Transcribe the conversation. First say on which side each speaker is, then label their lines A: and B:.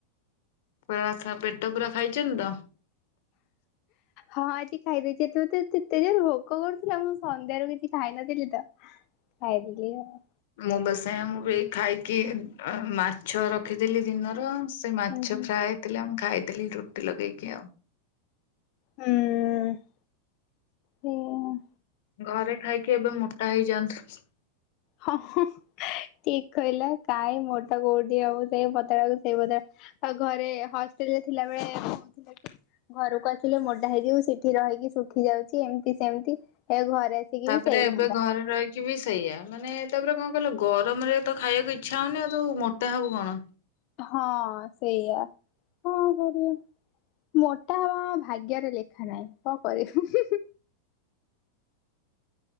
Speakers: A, on the left (about 60°); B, on the left (about 40°).
A: ପୁରା ଖ ପେଟ ପୁରା ଖାଇଚନ୍ତି ତ?
B: ହଁ ଆଜି ଖାଇଦେଇଛି ଏତ ମତେ ଏତେ ଯେରେ ଭୋକ କରୁଥିଲା ମୁଁ ସନ୍ଧ୍ୟାରେ କିଛି ଖାଇ ନଥିଲି ତ ଖାଇଦେଲି ଆଉ।
A: ମୁଁ ବା ସେୟା ମୁଁ ବି ଏଇ ଖାଇକି ଅ ମାଛ ରଖିଥିଲି ଦିନର ସେ ସେଇ ମାଛ
B: ହୁଁ
A: ଫ୍ରାଏ ହେଇଥିଲା ମୁଁ ଖାଇଦେଲି ରୁଟି ଲଗେଇକି ଆଉ।
B: ହୁଁ ହୁଁ।
A: ଘରେ ଖାଇକି ଏବେ ମୋଟା ହେଇଯାଆନ୍ତୁ।
B: ହଁ ହଁ ଠିକ କହିଲା କାଇଁ ମୋଟା କୋଉଠି ହବ ସେଇ ପତଳା କୁ ସେଇ ପତଳା। ଆଉ ଘରେ ହଷ୍ଟେଲ ରେ ଥିଲାବେଳେ କଉଥିଲା କି ଘରକୁ ଆସିଲେ ମୋଟା ହେଇଯିବୁ ସେଠି ରହିକି ଶୁଖି ଯାଉଛି ଏମିତି ସେମିତି ଏ ଘରେ ଆସିକି
A: ତାପରେ
B: ବି ସେଇ
A: ଏବେ
B: ଧନ୍ଦା
A: ଘରେ ରହିକି ବି ସେଇଆବମାନେ ତାପରେ କଣ କଇଲ ଗରମରେ ତ ଖାଇବାକୁ ଇଚ୍ଛା ହଉନି ଆଉ ତୁ ମୋଟା ହବୁ କଣ?
B: ହଁ ସେଇଆ କଣ କରିବ? ମୋଟା ହବ ଆ ଭାଗ୍ୟରେ ଲେଖା ନାହିଁ କଣ କରିବି?